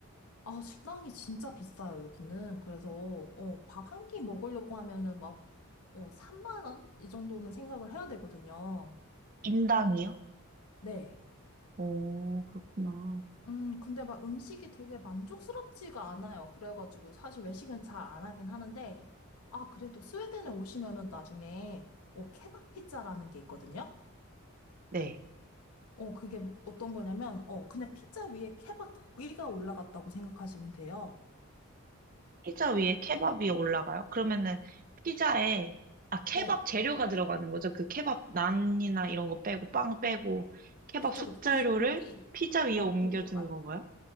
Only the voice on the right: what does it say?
인당이요?
오, 그렇구나.
네.
피자 위에 케밥이 올라가요. 그러면은 피자에 아 케밥
재료가 들어가는 거죠. 그 케밥 난이나 이런 거 빼고 빵 빼고 케밥
숙재료를
피자 위에
옮겨주는
건가요?